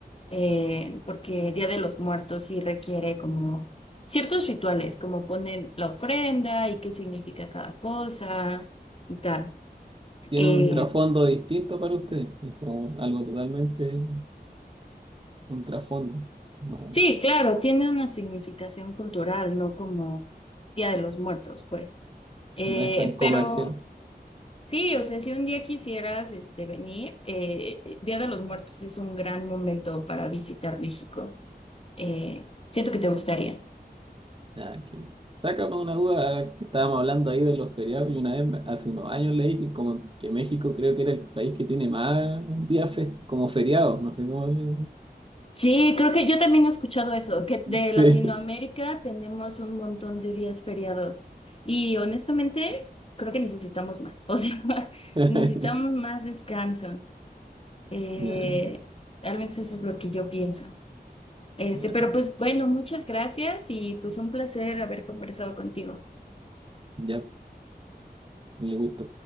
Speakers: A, on the left; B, on the right.
A: eh, porque Día de los Muertos sí requiere como ciertos rituales, como poner la ofrenda y qué significa cada cosa y tal.
B: tiene
A: Eh,
B: un trasfondo distinto para usted Es como algo totalmente un trasfondo. No,
A: Sí. sí, claro, tiene una significación cultural, no como Día de los Muertos, pues. Eh,
B: no es tan comercial.
A: pero sí, o sea, si un día quisieras este, venir, eh, eh, Día de los Muertos es un gran momento para visitar México. Eh, siento que te gustaría.
B: Nada que... Sácame una duda que estábamos hablando ahí de los feriados y una vez me- hace unos años leí que como que México creo que era el país que tiene más días fes- como feriados, no sé cómo. le-
A: Sí, creo que yo también he escuchado eso, que de
B: <laughs>
A: Latinoamérica
B: Sí.
A: tenemos un montón de días feriados y honestamente creo que necesitamos más, <laughs> o sea,
B: <laughs>
A: necesitamos más descanso. Eh,
B: Ya,
A: al menos eso es lo que yo pienso. Este,
B: ya,
A: pero pues bueno, muchas gracias y pues un placer haber conversado contigo.
B: ya, me le gusta.